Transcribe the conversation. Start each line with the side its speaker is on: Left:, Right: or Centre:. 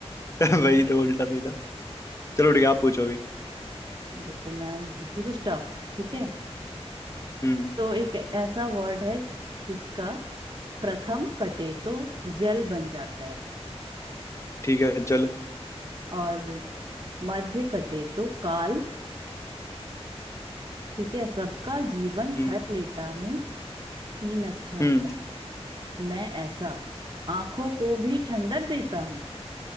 Left: <laughs> वही तो उल्टा सीधा चलो ठीक है आप पूछो भी
Right: बिल्कुल मैं पूछती कुछ टफ ठीक है
Left: हम्म
Right: तो एक ऐसा वर्ड है जिसका प्रथम कटे तो जल बन जाता है
Left: ठीक है चलो
Right: और मध्य कटे तो काल ठीक है सबका जीवन
Left: हम्म
Right: हर लेता हूँ तीन अक्षर
Left: हम्म
Right: का मैं ऐसा आंखों को भी ठंडक देता हूँ